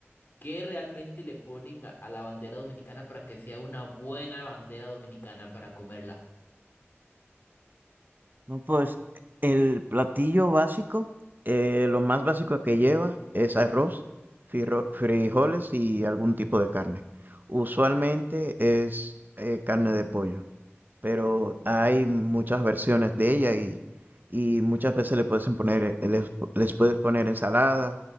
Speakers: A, on the left (about 50°); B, on the right (about 45°).
A: ¿Qué realmente le ponen a, a la bandera dominicana para que sea una buena bandera dominicana para comerla?
B: No, pues el platillo básico, eh, lo más básico que lleva es arroz, firro- frijoles y algún tipo de carne. Usualmente es eh, carne de pollo. pero hay muchas versiones de ella y, y muchas veces le puedes poner, les, les puedes poner ensalada,